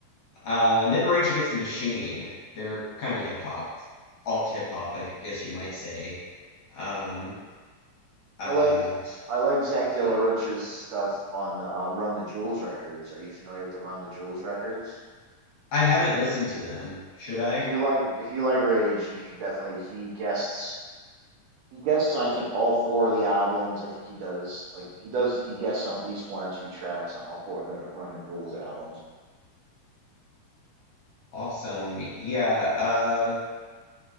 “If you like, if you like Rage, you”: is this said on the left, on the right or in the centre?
Right